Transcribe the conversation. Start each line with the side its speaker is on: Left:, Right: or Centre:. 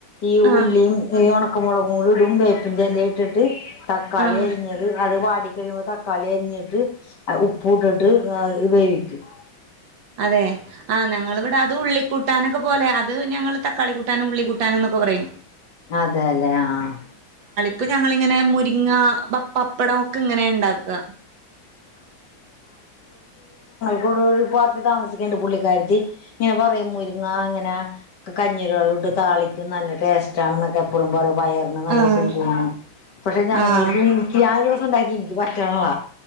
Left: ഈ
Right: ആഹ്
Left: ഉള്ളിയും ഈ ഉണക്കമുളകും കൂടി ഇടും വേപ്പിൻ്റെ ഇല ഇട്ടിട്ട് തക്കാളി
Right: ആഹ്
Left: അരിഞ്ഞത് അത് വാടി കഴിയുമ്പോൾ തക്കാളി അരിഞ്ഞിട്ട് ഉപ്പും ഇട്ടിട്ട് അത് ഉപയോഗിക്കും
Right: അതെ ആഹ് ഞങ്ങളിവിടെ അത് ഉള്ളിക്കൂട്ടാനൊക്കെ അതുപോലെ അത് ഞങ്ങള് തക്കാളി കൂട്ടാനും ഉള്ളി കൂട്ടാൻ എന്നൊക്കെ പറയും
Left: അതേല്ലേ ആഹ്
Right: അപ്പൊ ഞങ്ങളിങ്ങനെ മുരിങ്ങ പപ്പാ പപ്പടം ഒക്കെ ഇങ്ങനാ ഉണ്ടാക്കുക
Left: ഇവിടൊരു ഒരു പാർട്ടി താമസിക്കണുണ്ട് പുള്ളിക്കാരത്തി ഇങ്ങനെ പറയും മുരിങ്ങ ഇങ്ങനെ കഞ്ഞിടെ വെള്ളം ഇട്ട് താളിക്കും നല്ല ടേസ്റ്റ് ആണെന്നൊക്കെ എപ്പോഴും പറയും വയറിന് നല്ല
Right: ആഹ്
Left: സുഖുവാണ് പക്ഷെ ഞങ്ങൾക്ക്
Right: ആഹ്
Left: എനിക്ക് ആ ഒരു ദിവസം ഉണ്ടാക്കി എനിക്ക് പറ്റണില്ല